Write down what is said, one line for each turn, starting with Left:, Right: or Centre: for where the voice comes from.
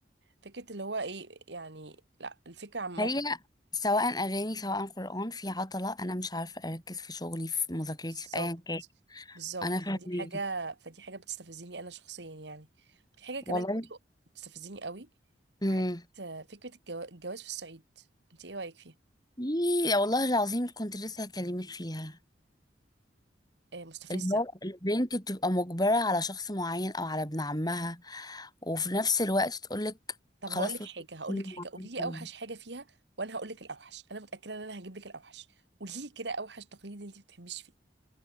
Right: فكرة اللي هو ايه يعني لا الفكرة عامة
Left: هي سواء اغاني سواء قران في عطله انا مش عارفه اركز في شغلي في مذاكرتي
Right: بالظبط
Left: في ايا كان
Right: بالظبط
Left: انا
Right: فدي
Left: فهماكي
Right: حاجة فدي حاجة بتستفزني أنا شخصيا يعني في حاجة
Left: والله
Right: كمان برضه بتستفزني قوي
Left: امم
Right: حتة فكرة الجوا- الجواز في الصعيد انت ايه رأيك فيها؟
Left: إيه، والله العظيم كنت لسه هكلمك فيها
Right: آه، مستفزة
Left: المر... البنت بتبقى مجبرة على شخص معين أو على ابن عمها وفي نفس الوقت تقولك
Right: طب
Left: خلاص
Right: هقول لك
Left: وتكوني
Right: حاجة هقول لك حاجة قولي
Left: معايا.
Right: لي أوحش حاجة فيها وأنا هقول لك الأوحش أنا متأكدة إن أنا هجيب لك الأوحش قولي لي كده أوحش تقليد انت ما بتحبيش فيه